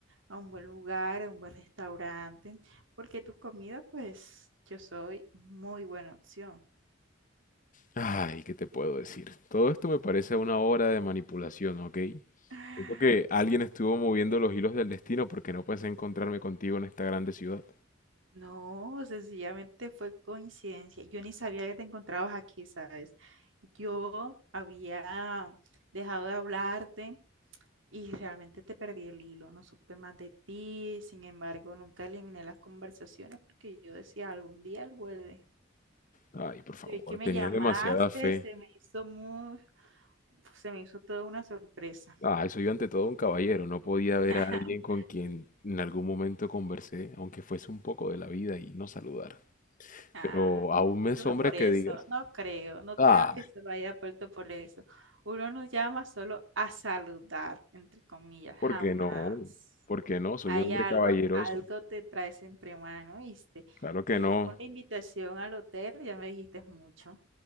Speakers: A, on the right; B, on the left.
A: a un buen lugar, a un buen restaurante, porque tu comida, pues, yo soy muy buena opción.
B: Ay, ¿qué te puedo decir? Todo esto me parece una obra de manipulación, ¿ok?
A: <sighs>
B: Siento que alguien estuvo moviendo los hilos del destino porque no pensé encontrarme contigo en esta grande ciudad.
A: No, sencillamente fue coincidencia. Yo ni sabía que te encontrabas aquí, ¿sabes? Yo había dejado de hablarte y realmente te perdí el hilo, no supe más de ti, sin embargo, nunca eliminé las conversaciones porque yo decía, algún día él vuelve.
B: Ay, por favor,
A: Y hoy que me
B: tenías
A: llamaste,
B: demasiada fe.
A: se me hizo muy, se me hizo toda una sorpresa.
B: Ay, soy ante todo un caballero, no podía ver
A: <laughs>
B: a alguien con quien en algún momento conversé, aunque fuese un poco de la vida y no saludar.
A: Ah,
B: Pero aún me asombra
A: solo por
B: que
A: eso,
B: digas,
A: no creo, no creo
B: "Ah,
A: que se lo haya puesto por eso. Uno nos llama solo a saludar, entre comillas, jamás.
B: ¿Por qué no? ¿Por qué no? Soy
A: Hay
B: un hombre
A: algo,
B: <laughs> caballeroso.
A: algo te traes entre mano, ¿viste?
B: Claro que
A: Y
B: no.
A: ya con la invitación al hotel ya me dijiste mucho.